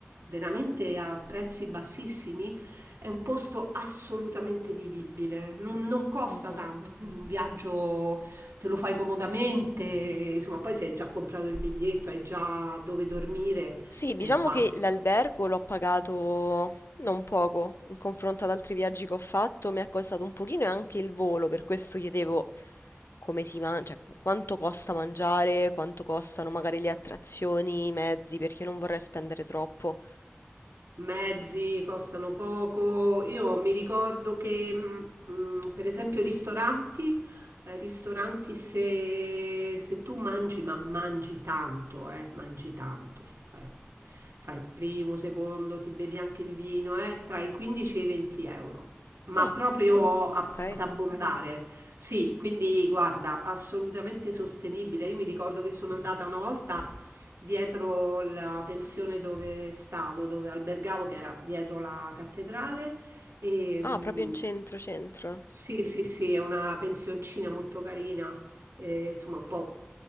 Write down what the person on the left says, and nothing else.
Mhm.
Sì, diciamo
che l'albergo l'ho pagato non poco in confronto ad altri viaggi che ho fatto, mi è costato un pochino e anche il volo, per questo chiedevo come si mangia, cioè, quanto costa mangiare, quanto costano magari le attrazioni, i mezzi, perché non vorrei spendere troppo.
Ah,
ok.
Ah, proprio in centro, centro.